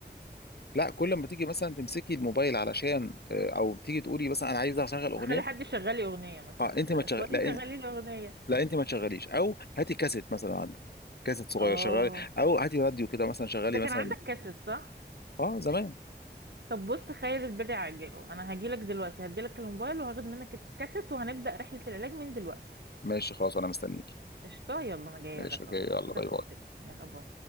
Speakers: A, on the left (about 65°); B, on the right (about 75°).
A: لا كل ما تيجي مثلا تمسكي الموبايل علشان آه، او تيجي تقولي مثلا انا عايزه اشغل اغنيه
B: اخلي حد يشغل لي اغنيه مثلا
A: اه انت
B: أخ-
A: ما
B: اخواتي
A: تشغل لا
B: شغالين
A: إن-
B: لي اغنيه
A: لا انت ما تشغليش او هاتي كاسيت مثلا عندك كاسيت صغير
B: اه
A: شغلي او هاتي راديو كده مثلا شغلي
B: انت كان
A: مثلا
B: عندك كاسيت صح
A: اه زمان
B: طب بص خير البدع عاجله انا هجيلك دلوقتي هديلك الموبايل وهاخد منك الكاسيت وهنبدا رحله العلاج من دلوقتي
A: ماشي خلاص انا مستنيكي
B: قشطه يلا انا جايه
A: ماشي
B: لك
A: اوكي
B: اهو
A: يلا باي
B: سبت
A: باي
B: السك يلا باي